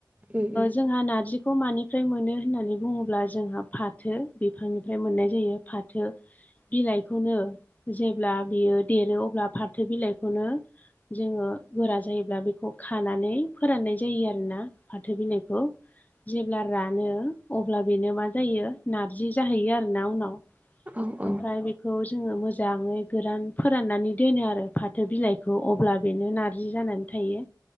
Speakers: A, on the right; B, on the left.
A: उम
B: जोंहा नारजिखौ खौ मानिफ्राय मोनो होननानै बुङोब्ला जोंहा फाथो बिफांनिफ्राय मोननाय जायो फाथो बिलाइखौनो जेब्ला बियो देरो अब्ला फाथो बिलाइखौनो जोङो गोरा जायोब्ला बेखौ खानानै फोराननाय जायो आरोना फाथो बिलाइखौ जेब्ला रानो अब्ला बेनो मा जायो नारजि जाहैयो आरोना उनाव
A: उम औ उम
B: ओमफ्राय बेखौ जोङो मोजाङै गोरान फोराननानै दोनो आरो फाथो बिलाइखौ अब्ला बेनो नारजि जानानै थायो